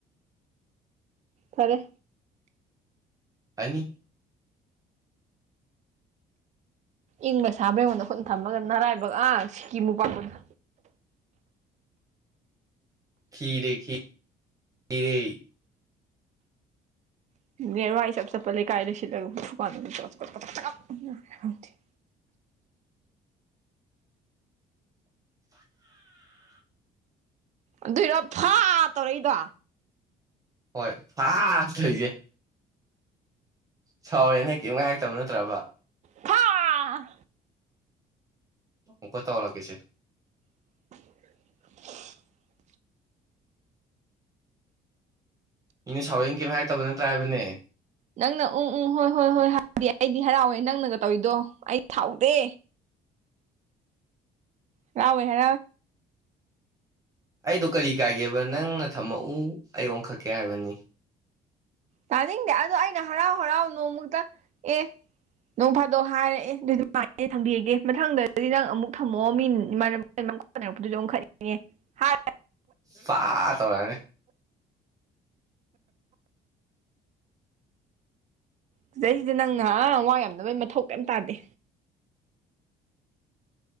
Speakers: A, on the right; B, on the right.
A: ꯐꯔꯦ
B: ꯑꯅꯤ
A: ꯏꯪꯕ꯭ꯔꯥ ꯁꯥꯕ꯭ꯔꯥ ꯌꯦꯡꯉꯣ ꯅꯈꯨꯠꯅꯥ ꯊꯝꯃꯒ ꯅꯔꯥꯏꯕꯛ ꯑꯥ ꯁꯤꯀꯤ ꯃꯨꯛ ꯄꯥꯛꯄꯗꯣ
B: ꯈꯤꯔꯦ ꯈꯤ ꯈꯤꯔꯦ
A: <unintelligible> ꯑꯗꯨꯏꯔꯣ ꯐꯥ ꯇꯧꯔꯛꯏꯗꯣ
B: ꯍꯣꯏ <unintelligible> ꯁꯥꯎꯔꯦꯅ ꯀꯦꯝꯒ ꯍꯥꯏꯔꯛꯇꯕ ꯅꯠꯇ꯭ꯔꯕ
A: ꯐꯥ
B: ꯑꯃꯨꯛꯀꯥ ꯇꯧꯍꯜꯂꯛꯀꯦꯁꯦ
A: <unintelligible>
B: ꯃꯤꯅ ꯁꯥꯎꯔꯦꯅ ꯀꯦꯝ ꯍꯥꯏꯔꯛꯇꯕ ꯅꯠꯇ꯭ꯔ ꯍꯥꯏꯕꯅꯦ
A: ꯅꯪꯅ ꯎꯝ ꯎꯝ ꯍꯣꯏ ꯍꯣꯏ ꯍꯣꯏ ꯍꯣꯏ <unintelligible> ꯑꯩꯗꯤ ꯍꯔꯥꯎꯋꯦ ꯅꯪꯅꯒ ꯇꯧꯔꯤꯗꯣ ꯑꯩ ꯊꯥꯎꯗꯦ ꯍꯔꯥꯎꯋꯦꯍꯦ
B: ꯑꯩꯗꯣ ꯀꯔꯤ ꯀꯥꯏꯒꯦꯕ ꯅꯪꯅ ꯊꯝꯃꯛꯎ ꯑꯩ ꯑꯣꯟꯈꯠꯀꯦ ꯍꯥꯏꯕꯅꯤ
A: ꯇꯥꯅꯤꯡꯗꯦ ꯑꯗꯣ ꯑꯩꯅ ꯍꯔꯥꯎ ꯍꯔꯥꯎ ꯅꯣꯡꯃꯈꯛꯇꯪ ꯑꯦ ꯅꯣꯡ ꯐꯥꯗꯣꯛ ꯍꯥꯏꯔꯛꯑꯦ <unintelligible> ꯊꯝꯕꯤꯔꯒꯦ ꯃꯊꯪꯗꯗꯤ ꯅꯪ ꯑꯃꯨꯛ ꯊꯝꯃꯑꯣ ꯃꯤꯅ ꯏꯃꯥꯅ <unintelligible>
B: ꯐꯥ ꯇꯧꯔꯛꯑꯅꯤ
A: ꯁꯤꯗꯩꯁꯤꯗ ꯅꯪꯅ ꯑꯥ ꯋꯥ ꯌꯥꯝꯅꯕꯒꯤ ꯃꯊꯧ ꯀꯦꯝ ꯇꯥꯗꯦ